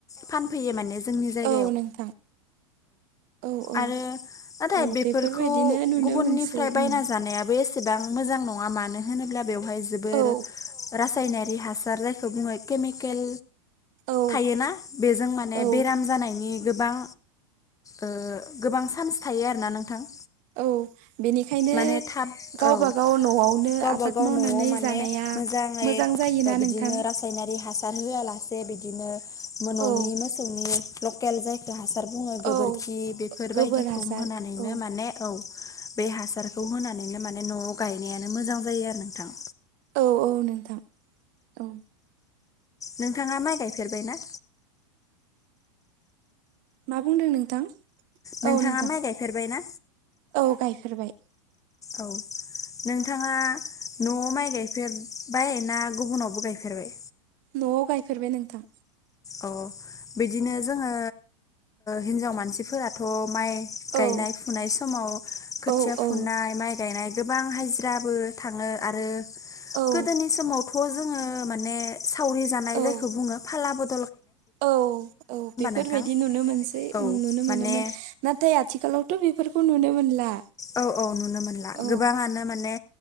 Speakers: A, on the left; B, on the right.
A: फानफैयो माने जोंनि जायगायाव
B: औ नोंथां औ औ
A: आरो नाथाय
B: औ
A: बेफोरखौ
B: बेफोरबायदिनो नुनो
A: गुबुननिफ्राय
B: मोनसै
A: बायना
B: उम
A: जानायाबो एसे बेसेबां मोजां नङा मानो होनोब्ला बेवहाय जोबोर
B: औ
A: रासायनारि हासार जायखौ बुङो केमिकेल
B: औ
A: थायोना बेजों माने
B: औ
A: बेराम जानायनि गोबां ओ गोबां चान्स थायो आरोना नोंथां
B: औ औ बेनिखायनो
A: माने थाब
B: गावबा
A: औ
B: गाव न'आवनो
A: गावबा
B: आबाद
A: गाव
B: मावनानै
A: न'आव माने
B: जानाया
A: मोजाङै
B: मोजां जायोना
A: ओ बिदिनो
B: नोंथां
A: रासायनारि हासार होआलासे बिदिनो न'नि
B: औ
A: मोसौनि लकेल जायखौ हासार बुङो गोबोरखि
B: औ
A: बेफोरबायदिखौ
B: गोबोर हासार
A: होनानैनो
B: औ
A: माने औ बे हासारखौ होनानैनो माने न'आव गायनायानो मोजां जायो आरो नोंथां
B: औ औ नोंथां औ
A: नोंथाङा माइ गायफेरबायना
B: मा बुंदों नोंथां
A: नोंथाङा
B: औ नोंथां
A: माइ गायफेरबायना
B: औ गायफेरबाय <inaudible>
A: औ नोंथाङा न'आव माइ गायफेरबाय ना गुबुनावबो गायफेरबाय
B: न'आव गायफेरबाय नोंथां
A: अ बिदिनो जोङो हिनजाव मानसिफोराथ' माइ गायनाय
B: औ
A: फुनाय समाव खोथिया
B: औ
A: फुनाय
B: औ
A: माइ गायनाय गोबां हाजिराबो थाङो आरो
B: औ
A: गोदोनि समावथ' जोङो माने सावरि जानाय जायखौ
B: औ
A: बुङो फालाबो
B: औ औ बेफोरबायदि
A: नोंथां
B: नुनो मोनसै
A: औ
B: नुनो
A: माने
B: मोनोमोन नाथाय आथिखालावथ' बेफोरखौ खौ नुनो मोनला
A: औ औ नुनो मोनला
B: औ
A: गोबाङानो माने